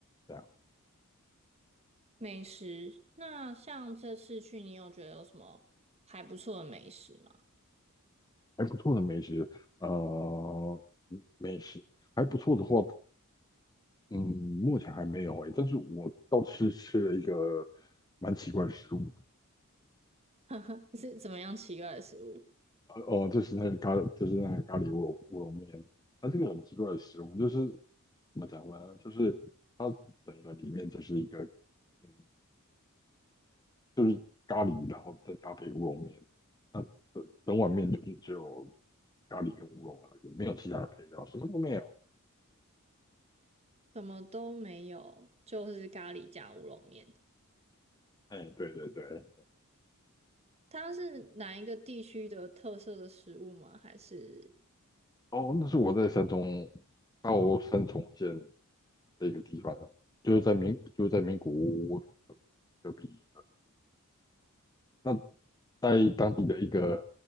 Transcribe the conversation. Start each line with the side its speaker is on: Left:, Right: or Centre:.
Left: 这样
Right: 美食，那像这次去，你有觉得有什么还不错的美食吗？
Left: 还不错的美食，呃，美食还不错的话，嗯，目前还没有诶，但是我倒是吃了一个蛮奇怪的食物，
Right: <laughs> 是怎么样奇怪的食物？
Left: 呃哦，就是那个咖，就是那个咖喱乌龙乌龙面，它这个很奇怪的食物，就是怎么讲呢？就是它整个里面就是一个，嗯，就是咖喱，然后再搭配乌龙面。那整整碗面就是只有咖喱跟乌龙而已，没有其他的配料，什么都没有。
Right: 什么都没有，就是咖喱加乌龙面。
Left: 哎，对对对，
Right: 它是哪一个地区的特色的食物吗？还是
Left: 哦，那是我在山东，澳三重县的一个地方，就是在名，就是在名古屋隔壁。那在当地的一个